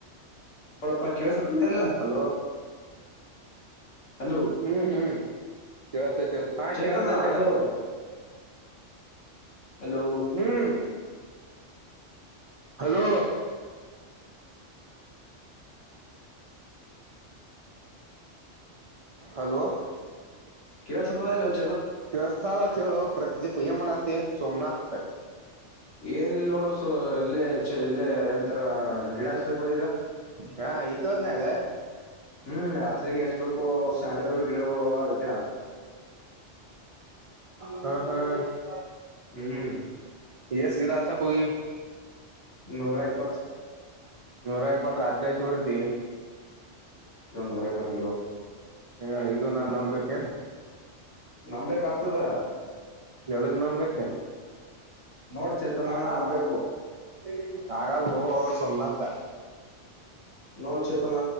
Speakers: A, on the left; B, on the right.
A: ಹೊಡಪ್ಪ ಕೇಳಸತದೆ ಎಲ್ಲ
B: ಹಲೋ
A: ಹಲೋ
B: ಹ್ಮ್ ಹ್ಮ್ ಕೇಳಸ್ತೇತಿ ಹಾ
A: ಚೇತನ
B: ಕೇಳಿಸ್ತಾ ಇದೆ
A: ಹಲೋ ಹಲೋ
B: ಹ್ಮ್ ಹಲೋ <inaudible> ಹಲೋ <inaudible>
A: ಕೆವ ಸತ ಆಲ <unintelligible>
B: ಕೆಲಸ ಹೇಳೋ ಪ್ರದೀಪ ಮಾಡತ್ತ ಸೋಮನಾಥ್ <inaudible>
A: ಏನಲ್ ನೋಡುೋ ಸ ಇಲ್ಲೇ ಇಲ್ಲೇ ಎಂತರ <unintelligible> ಬಂದಿದ
B: ಹಾ ಇದ್ದ ಹೋದನಾಗ <inaudible>
A: ಹ್ಮ್ ರಾತ್ರಿರಿಗೆ ಎಚ್ಬೇಕು ಸ್ಯಾಂಡಲ್ೂರ್ ಗಿಡ <unintelligible>
B: ಹ್ಮ ಹ್ಮ್ <inaudible>
A: ಹ್ಮ್
B: ಎಸ್ಗಡ ಅ ಕೊ <inaudible>
A: ನೂರ ಇಪ್ಪತ್ತು
B: ನೂರ ಇಪ್ಪತ್ ರಾತ್ರಿ ಚ ಬರ್ತಿ
A: ನುರ್ ಇಪತ್
B: ಹ ಇದು ನಾನ್ ನಂಬಬೇಕೇನ್
A: ನಂಬಬೇಕ್ ಆಗ್ತದ
B: ಯದಕ್ಕೆ ನಾಮ ಬಕೆ
A: ನೋಡ್ ಚೇತನ
B: <inaudible>
A: ನಂಬಬೇಕು
B: ಆಗಲ್ಲ ಓ ಸೋಮನಾಥ್ <inaudible>
A: ನೋಡ್ ಚೇತನ